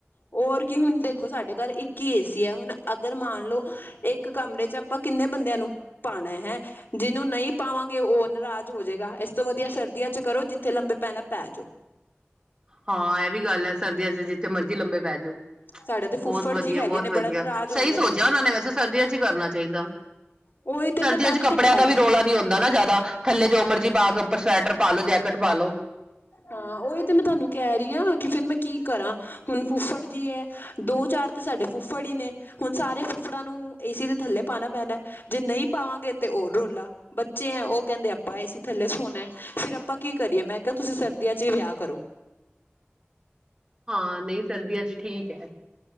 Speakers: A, on the left; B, on the right.
A: ਹੋਰ ਕੀ ਹੁਣ ਦੇਖੋ ਸਾਡੇ ਘਰ ਇੱਕ ਹੀ ਏ ਸੀ ਹੈ, ਹੁਣ ਅਗਰ ਮੰਨ ਲਓ ਇੱਕ ਕਮਰੇ ਚ ਆਪਾਂ ਕਿੰਨੇ ਬੰਦਿਆਂ ਨੂੰ ਪਾਉਣਾ ਹੈ। ਜਿਹਨੂੰ ਨਹੀਂ ਪਾਵਾਂਗੇ ਉਹ ਨਰਾਜ਼ ਹੋ ਜਾਏਗਾ, ਇਸ ਤੋਂ ਵਧੀਆ ਸਰਦੀਆਂ ਚ ਕਰੋ ਜਿੱਥੇ ਲੰਬੇ ਪੈਨ ਪੈ ਜਾਓ।
B: ਹਾਂ ਇਹ ਵੀ ਗੱਲ ਹੈ ਸਰਦੀਆਂ ਚ ਜਿੱਥੇ ਮਰਜੀ ਲੰਬੇ ਪਹਿ ਜਾਓ।
A: ਸਾਡੇ ਤੇ ਫੁੱਫੜ
B: ਬਹੁਤ ਵਧੀਆ
A: ਜੀ ਹੈਗੇ
B: ਬਹੁਤ
A: ਨੇ
B: ਵਧੀਆ,
A: ਬੜਾ ਨਾਰਾਜ਼ ਹੁੰਦੇ
B: ਸਹੀ ਸੋਚਿਆ ਉਹਨਾਂ ਨੇ ਵੈਸੇ ਸਰਦੀਆਂ ਚ ਹੀ ਕਰਨਾ ਚਾਹੀਦਾ।
A: ਉਹੀ ਤੇ
B: ਸਰਦੀਆਂ
A: ਮੈਂ ਤਾਂ
B: ਚ
A: ਹੀ
B: ਕੱਪੜਿਆਂ
A: ਤੇ ਕਹਿ
B: ਦਾ ਵੀ
A: ਰਹੀ
B: ਰੌਲਾ
A: ਹਾਂ
B: ਨਹੀਂ ਹੋਂਦਾ ਨੀ ਜ਼ਿਆਦਾ। ਥਲੇ ਜੋ ਮਰਜੀ ਪਾਕੇ ਉਪਰ ਸਵੈਟਰ ਪਾ ਲੋ ਜੈਕਟ ਪਾਲ ਲੋ।
A: ਹਾਂ ਉਹ ਇਹ ਤੇ ਮੈਂ ਤੁਹਾਨੂੰ ਕਹਿ ਰਹੀ ਹਾਂ ਕਿ ਫਿਰ ਮੈਂ ਕੀ ਕਰਾਂ, ਹੁਣ ਫੁੱਫੜ ਜੀ ਹੈ। ਦੋ ਚਾਰ ਤੇ ਸਾਡੇ ਫੁੱਫੜ ਹੀ ਨੇ, ਹੁਣ ਸਾਰੇ ਫੁੱਫੜਾਂ ਨੂੰ ਏਸੀ ਦੇ ਥੱਲੇ ਪਾਉਣਾ ਪੈਣਾ। ਜੇ ਨਹੀਂ ਪਾਵਾਂਗੇ ਤੇ ਉਹ ਰੋਲਾ। ਬੱਚੇ ਹੈ ਉਹ ਕਹਿੰਦੇ ਆਪਾਂ ਏ ਸੀ ਥੱਲੇ ਸੋਣਾ, ਫੇਰ ਆਪਾਂ ਕੀ ਕਰੀਏ ਮੈਂ ਕਿਹਾ ਤੁਸੀਂ ਸਰਦੀ ਸਰਦੀਆਂ ਈ ਵਿਆਹ ਕਰੋ।
B: ਹਾਂ ਨਹੀਂ ਸਰਦੀਆਂ ਚ ਠੀਕ ਹੈ।